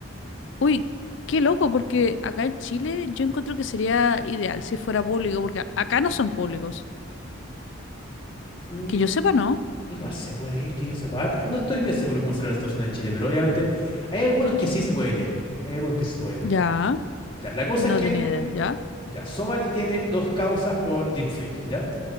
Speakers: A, on the left; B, on the left.
A: Uy, qué loco, porque acá en Chile yo encuentro que sería ideal si fuera público, porque a- acá no son públicos.
B: Mm,
A: Que yo sepa, no.
B: Igual se puede ir, que yo sepa. Ahora, no estoy bien seguro cómo será la situación en Chile, pero obviamente hay algunos que sí se pueden ir. Hay algunos que sí se pueden ir.
A: Ya,
B: Ya, la cosa
A: no
B: es que,
A: tenía idea, ya.
B: ya, Somali tiene dos causas por deepfake, ¿ya?